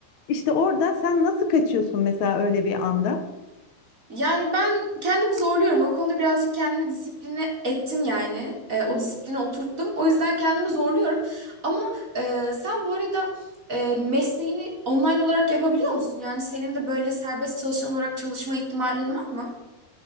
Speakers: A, on the left; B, on the right.
A: İşte orada sen nasıl kaçıyorsun mesela öyle bir anda?
B: Yani ben kendimi zorluyorum. O konuda birazcık kendimi disipline ettim yani. E, o disipline oturttum. O yüzden kendimi zorluyorum. Ama e, sen bu arada e, mesleğini online olarak yapabiliyor musun? Yani senin de böyle serbest çalışan olarak çalışma ihtimalin var mı?